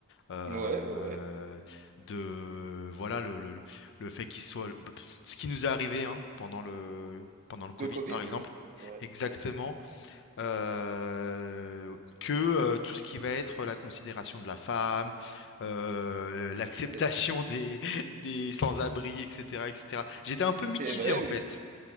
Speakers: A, on the left (about 55°); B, on the right (about 35°).
A: euh,
B: Ouais, ouais, ouais.
A: de voilà le, le, le le fait qu'il soit le- ce qui nous est arrivé hein, pendant le pendant le Covid
B: Le Covid,
A: par exemple
B: ouais. C'est vrai,
A: Exactement. heu, que, heu, tout ce qui va être la considération de la femme, heu, l'acceptation
B: c'est vrai.
A: des <laughs> des sans-abri et cetera et cetera. J'étais un peu
B: C'est
A: mitigé,
B: vrai,
A: en fait.
B: oui.